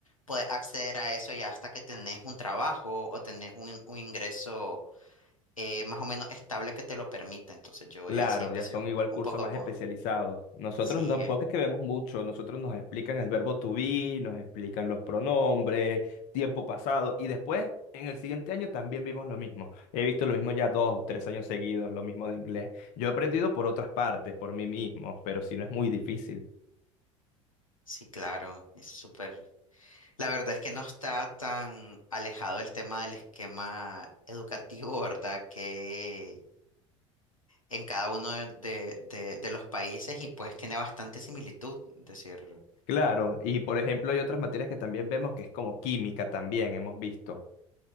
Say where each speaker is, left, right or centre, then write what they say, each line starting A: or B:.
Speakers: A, on the left; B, on the left.
A: puedes acceder a eso ya hasta que tenés un trabajo o tenés un, un ingreso eh, más o menos estable que te lo permita. Entonces yo
B: Claro,
A: ya sí empecé
B: ya son
A: un,
B: igual
A: po- un
B: cursos
A: poco
B: más
A: como,
B: especializados. Nosotros
A: sí,
B: tampoco
A: yo-
B: es que vemos mucho, nosotros nos explican el verbo to be, nos explican los pronombres, tiempo pasado, y después en el siguiente año también vimos lo mismo. He visto lo mismo ya dos, tres años seguidos, lo mismo de inglés. Yo he aprendido por otras partes, por mí mismo, pero si no es muy difícil.
A: sí, claro, es súper. La verdad es que no está tan alejado el tema del esquema educativo, ¿verdad? Que en cada uno de, de- de- de los países y pues tiene bastante similitud, es decir.
B: Claro, y por ejemplo hay otras materias que también vemos que es como química también, hemos visto.